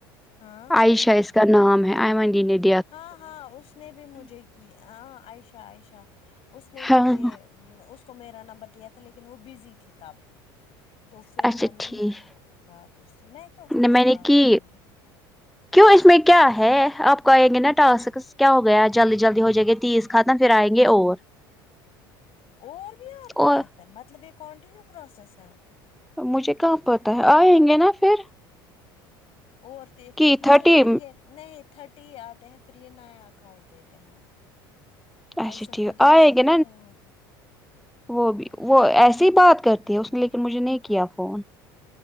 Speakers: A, on the left; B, in the centre.
A: ہاں
B: عائشہ کا نام ہے آئمن ڈینیٹ
A: ہاں ہاں اس نے بھی مجھے کی آ عائشہ عائشہ اس نے
B: ہاں
A: بھی یہ امم اس کو میرا نمبر دیا تھا لیکن وہ بزی تھی تب تو پھر
B: اچھا
A: میں نے
B: ٹھیک
A: نہیں کی بات اس سے میں کیا اس کے
B: نے میں
A: سے
B: نے
A: بات
B: کی
A: کروں گی
B: کیوں اس میں کیا ہے آپ کو آئیں گی نا ٹاسک کیا ہو گیا جلدی جلدی ہو جائے گے تیس ختم پھر آئیں گے اور
A: اور بھی آتے
B: اور
A: ہیں پھر مطلب یہ کانٹینیو پروسیس ہے
B: مجھے کہاں پتہ ہے آئیں گے نا پھر
A: عورتیں
B: کہ
A: نہیں
B: تھرٹی
A: پھر یہ نہیں تھرٹی ٹی آتے ہیں فری نیا اکاؤنٹ دیتے ہیں
B: اچھا
A: آئسم
B: ٹھیک
A: کو دیا
B: آئے
A: ہے
B: گے
A: نا نیا اکاؤنٹ
B: وہ بھی وہ ایسی ہی بات کرتی ہے اس نے لیکن مجھے نہیں کیا فون